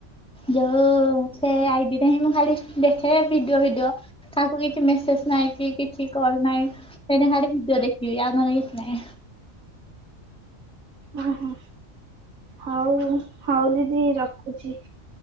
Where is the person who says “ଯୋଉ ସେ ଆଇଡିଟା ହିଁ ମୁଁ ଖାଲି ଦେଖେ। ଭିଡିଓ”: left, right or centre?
Centre